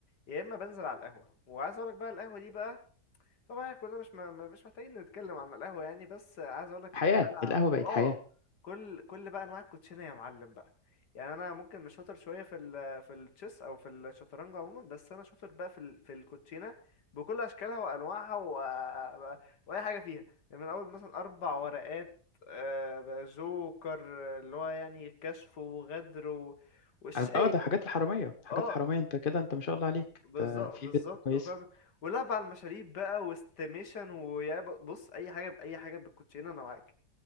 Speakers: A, on the left (about 85°); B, on the left (about 35°).
A: يا اما بنزل على القهوه وعايز اقول لك بقى القهوه دي بقى طبعا احنا كلنا مش م- مش محتاجين نتكلم عن القهوة يعني بس عايز اقول لك
B: حياه
A: بلعب
B: القهوه بقت
A: اه
B: حياه
A: كل كل بقى انواع الكوتشينة يا معلم بقى يعني انا ممكن مش شاطر شوية في ال في التشيس او في الشطرنج عموما بس انا شاطر بقى في ال في الكوتشينة بكل اشكالها وانواعها و... واي حاجة فيها يعني من اول مثلا اربع ورقات آه، جوكر آه، اللي هو يعني كشف وغدر و... والشاي
B: اه ده حاجات الحراميه حاجات
A: اه
B: الحراميه انت كده انت ما شاء الله عليك
A: بالظبط
B: انت في
A: بالظبط
B: بيت كويس
A: فاهم ولعب على المشاريب بقى واستيميشن ويا ب- بص اي حاجه باي حاجه بالكوتشينه انا معاك